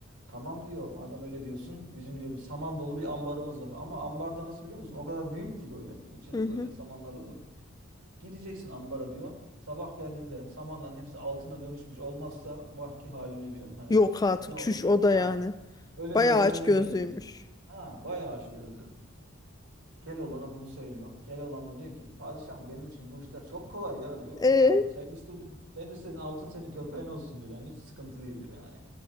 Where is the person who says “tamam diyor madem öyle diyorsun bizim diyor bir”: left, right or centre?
Right